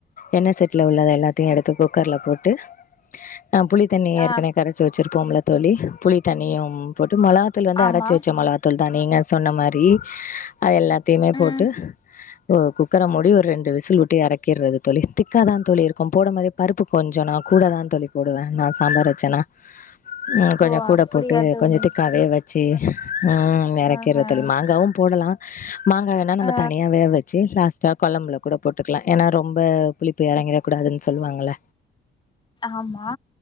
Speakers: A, on the left; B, on the left.
A: என்ன சர் <unintelligible> ட்ல‌ உள்ளது எல்லாத்தயு எடுத்துக்கோ பொட்டு ஆ புளித்தண்ணிய ஏற்கனே
B: ஆ
A: கரைச்சு வச்சிரு போம்ல தோழி புளித்தண்ணியும் பொட் மொளகாத்தூள் வந்து
B: ஆமா
A: அரைச்சு வச்ச மொளகாத்தூள் த நீங்க சொன்ன மாரி ஆ எல்லாத்தயுமே போட்டு
B: ம்
A: ஓ குக்கர மூடி ஒரு ரெண்டு விசில் விட் ட்டு எறக்கிர்ரது தோழி திக்காதா தோழி இருக்கும் போடும்போதே பருப்பு கொஞ்ஜொ நா கூடதாந்தோழி போடுவே நா சாம்பார் வச்சென்னா அ கொஞ்ஜ
B: ஓ
A: கூட
B: அப்படியா
A: போட்டு
B: தோழி
A: கொஞ்ஜ திக்காவே வச் சே ம் ம் எரெக்கிறது
B: ஆஹா
A: மாங்காவு போடலா <inaudible> மாங்காயனா நாம
B: ஆ
A: தனியா வேவச்சி லாஸ் தா கொழம்புல கூட போட்டுக்கலா ஏன்னா ரொம்ப புளிப்பு இறங்கிட குடாதுன் சொல்லுவாங்கள
B: ஆமா